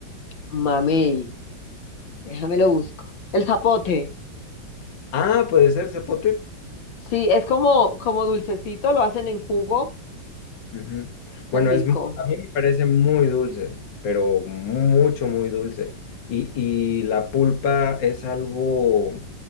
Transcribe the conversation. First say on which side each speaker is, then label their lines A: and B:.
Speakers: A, on the left; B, on the left.
A: Mamey, déjame lo busco. El zapote.
B: Ah, puede ser zapote.
A: Sí, es como, como dulcecito, lo hacen en jugo.
B: Ujú.
A: Qué
B: Bueno,
A: rico.
B: es, mu- a mí me parece muy dulce, pero mucho, muy dulce. Y, y la pulpa es algo,